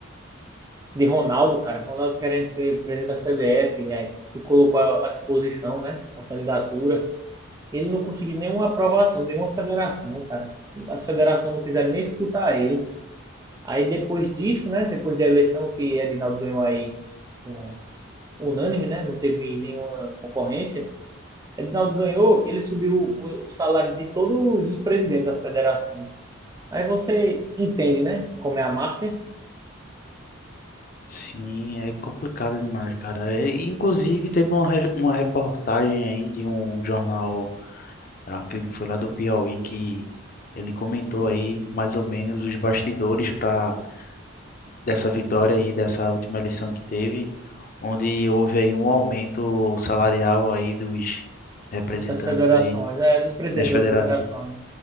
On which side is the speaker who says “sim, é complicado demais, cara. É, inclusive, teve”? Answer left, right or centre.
Left